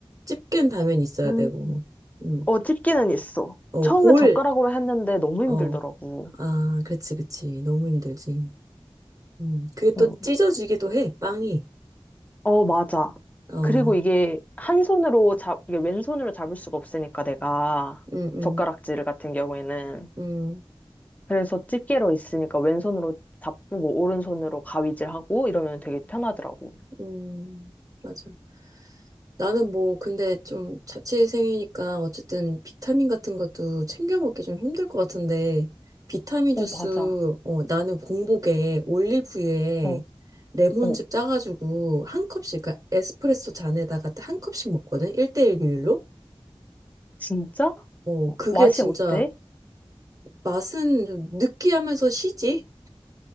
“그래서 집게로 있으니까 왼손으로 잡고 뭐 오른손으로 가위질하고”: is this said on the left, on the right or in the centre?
Left